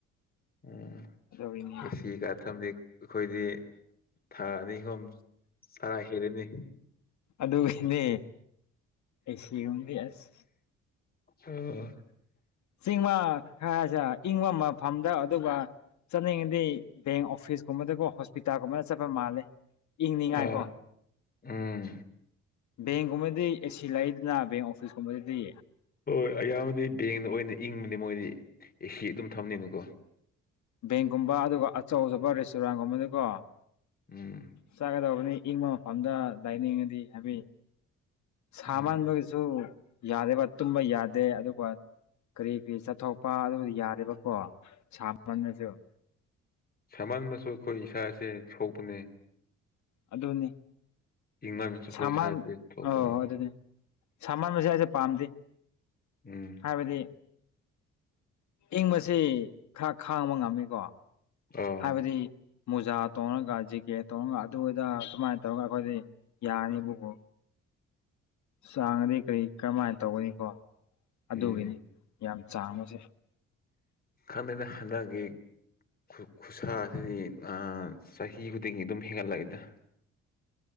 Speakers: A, on the left; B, on the left.
A: ꯎꯝ
B: ꯑꯗꯨꯒꯤꯅꯤ
A: ꯑꯦꯁꯤ ꯀꯥ ꯊꯝꯕꯤ ꯑꯩꯈꯣꯏꯗꯤ ꯊꯥ ꯑꯅꯤ ꯑꯍꯨꯝ ꯆꯔꯥ ꯍꯦꯜꯂꯅꯤ
B: ꯑꯗꯨꯒꯤꯅꯦ ꯑꯦꯁꯤꯒꯨꯝꯕꯗꯤ ꯑꯁ
A: ꯑꯣ
B: ꯆꯤꯡꯃ ꯈꯔꯁꯥ ꯏꯪꯕ ꯃꯐꯝꯗ ꯑꯗꯨꯒ ꯆꯠꯅꯤꯡꯉꯗꯤ ꯕꯦꯡ ꯑꯣꯐꯤꯁꯀꯨꯝꯕꯗꯀꯣ ꯍꯣꯁꯄꯤꯇꯥꯜꯒꯨꯝꯕꯗ ꯆꯠꯄ ꯃꯥꯜꯂꯦ ꯏꯪꯅꯤꯡꯉꯥꯏꯀꯣ
A: ꯑ ꯎꯝ
B: ꯕꯦꯡꯀꯨꯝꯕꯗꯤ ꯑꯦꯁꯤ ꯂꯩꯗꯅ ꯕꯦꯡ ꯑꯣꯐꯤꯁꯀꯨꯝꯕꯗꯗꯤ
A: ꯍꯣꯏ ꯑꯌꯥꯝꯕꯗꯤ ꯕꯦꯡꯅ ꯑꯣꯏꯅ ꯏꯪꯕꯅꯦ ꯃꯣꯏꯗꯤ ꯑꯦꯁꯤ ꯑꯗꯨꯝ ꯊꯝꯅꯤꯅꯀꯣ
B: ꯕꯦꯡꯀꯨꯝꯕ ꯑꯗꯨꯒ ꯑꯆꯧꯕ ꯔꯦꯁꯇꯨꯔꯥꯟꯒꯨꯝꯕꯗꯀꯣ
A: ꯎꯝ
B: ꯆꯥꯒꯗꯧꯕꯅꯤ ꯏꯪꯕ ꯃꯐꯝꯗ ꯂꯥꯏꯅꯤꯡꯉꯗꯤ ꯍꯥꯏꯕꯤ ꯁꯥ
A: ꯎꯝ
B: ꯃꯥꯟꯕꯒꯤꯁꯨ ꯌꯥꯗꯦꯕ ꯇꯨꯝꯕ ꯌꯥꯗꯦ ꯑꯗꯨꯒ ꯀꯔꯤ ꯀꯔꯤ ꯆꯠꯊꯣꯛꯄ ꯑꯗꯨ ꯌꯥꯗꯦꯕꯀꯣ ꯁꯥꯃꯜꯂꯁꯨ
A: ꯁꯃꯟꯕꯁꯨ ꯑꯩꯈꯣꯏ ꯏꯁꯥꯁꯦ ꯁꯣꯛꯄꯅꯦ
B: ꯑꯗꯨꯅꯤ
A: ꯏꯪꯃꯟꯕꯁꯨ ꯑꯩꯈꯣꯏ
B: ꯁꯃꯟ
A: ꯏꯁꯥꯁꯦ ꯁꯣꯛꯄ
B: ꯑꯣ ꯑꯗꯨꯅꯤ ꯁꯥꯃꯟꯕꯁꯦ ꯑꯩꯁꯦ ꯄꯥꯝꯗꯦ
A: ꯎꯝ
B: ꯍꯥꯏꯕꯗꯤ ꯏꯪꯕꯁꯤ ꯈꯔ ꯈꯥꯡꯕ ꯉꯝꯃꯤꯀꯣ
A: ꯑꯣ
B: ꯑꯩꯈꯣꯏꯗꯤ ꯃꯨꯖꯥ ꯇꯣꯡꯔꯒ ꯖꯦꯀꯦꯠ ꯇꯣꯡꯔꯒ ꯑꯗꯨ ꯑꯗ ꯁꯨꯃꯥꯏ ꯇꯧꯔꯒ ꯑꯩꯈꯣꯏꯗꯤ ꯌꯥꯅꯦꯕꯀꯣ ꯆꯥꯡꯉꯗꯤ ꯀꯔꯤ ꯀꯔꯝꯃꯥꯏ ꯇꯧꯒꯅꯤꯀꯣ ꯑꯗꯨꯒꯤꯅꯤ
A: ꯎꯝ
B: ꯌꯥꯝ ꯆꯥꯡꯕꯁꯦ
A: ꯈꯪꯗꯦꯗ ꯍꯟꯗꯛꯀꯤ ꯈꯨ ꯈꯨꯠꯁꯥꯁꯤꯗꯤ ꯑ ꯆꯍꯤ ꯈꯨꯗꯤꯡꯒꯤ ꯑꯗꯨꯝ ꯍꯦꯟꯒꯠꯂꯛꯏꯗ